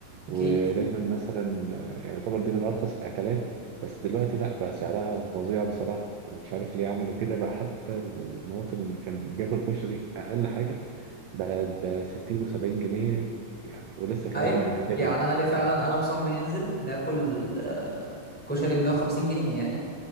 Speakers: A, on the right (about 75°); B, in the centre.
A: ودايما
B: أكيد
A: مثلا آه، يعني يعتبر دي من ارخص الاكلات بس دلوقتي لا بقى سعرها فظيع بصراحه مش عارف ليه عملوا كده بقى حتى المواطن اللي كان بياكل كشري اقل حاجه ب 60 و70 جنيه يعني ولسه كمان
B: أيوه
A: هتغلى
B: يعني أنا ليه فعلا
A: آه.
B: أنا وصاحبي ننزل ناكل آه، كشري ب 150 جنيه يعني